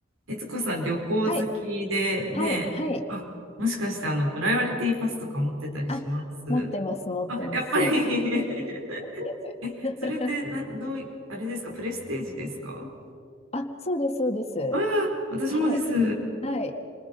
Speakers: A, on the right; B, on the left.
A: 悦子さん、旅行好きでね、
B: はい、はい、はい。
A: あ、もしかしてあの、プライオリティパスとか持ってたりします
B: あ、持ってます、持ってます。
A: あ、やっぱり
B: <laughs>
A: <laughs>
B: です。
A: え、
B: <laughs>
A: それってな、どうい、あれですか、プレステージですか
B: あ、そうです、そうです。
A: ああ、私もです。
B: はい、はい。